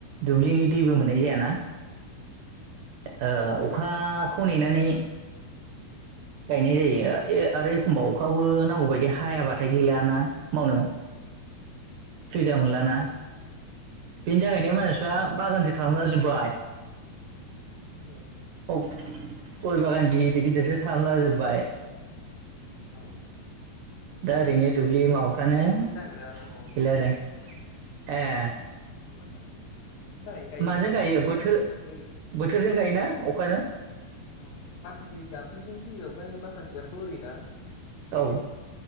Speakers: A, on the right (about 75°); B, on the left (about 65°).
A: दुब्लिनि दैबो मोननाय जायाना ।
B: <inaudible>
A: ओ अखाखौ नेनानै गायनाय जायो आरो एखमबा अखाबो नांगौ बायदि हायाबाथाय गैलियाना मावनो । सुबिदा मोनला ना <inaudible> बेनि थाखायनो मानसिफ्रा
B: औ
A: बागानसो खालामला जोब्बाय।
B: हेलौ
A: गय बागान गिदिर गिदिरसो खालामला जोबबाय।
B: औ।
A: दा ओरैनो दुब्लि माबाफ्रानो
B: मोननो
A: गैला
B: नागिरा औ
A: आरो ए।
B: <unintelligible> अखानि थाखायनो गायनो
A: माजों
B: मोना खावसे
A: गायो
B: जोंनाबो
A: बोथोर
B: बोरि
A: बोथोरजों गायोना? अखाजों?
B: औ माखासे जाम्फैजों फैयो ओमफ्राय माखासेया बोरि ना
A: औ